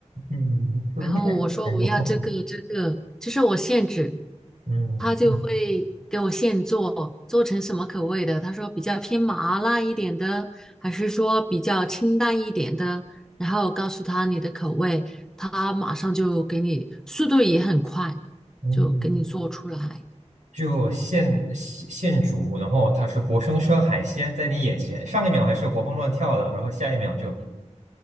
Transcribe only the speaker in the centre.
然后我说我要这个这个，就是我现制，
他就会给我现做，做成什么口味的？他说比较偏麻辣一点的，还是说比较清淡一点的？然后告诉他你的口味，他马上就给你，速度也很快，
就给你做出来。